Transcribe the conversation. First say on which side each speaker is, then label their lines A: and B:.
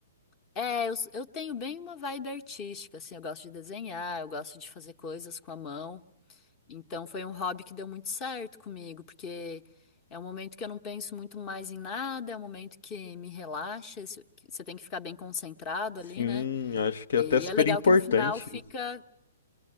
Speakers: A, on the left; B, on the left.
A: é, eu, eu tenho bem uma vibe artística, assim, eu gosto de desenhar, eu gosto de fazer coisas com a mão. Então foi um hobby que deu muito certo comigo, porque é um momento que eu não penso muito mais em nada, é um momento que me relaxa, isso- que você tem que ficar bem concentrado
B: Sim,
A: ali, né?
B: acho que
A: E
B: é até super
A: é legal
B: importante
A: que no final fica,